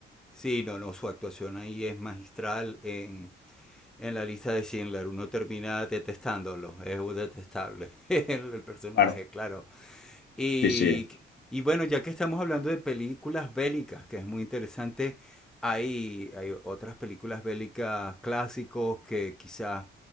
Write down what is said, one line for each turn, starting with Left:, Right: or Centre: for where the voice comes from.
Centre: Sí, no, no, su actuación ahí es magistral en... en la lista de Schindler. Uno termina detestándolo, es un detestable <laughs> el personaje,
Left: Claro.
Centre: claro. Y,
Left: Sí, sí.
Centre: y bueno, ya que estamos hablando de películas bélicas, que es muy interesante, hay, hay otras películas bélicas clásicos que quizás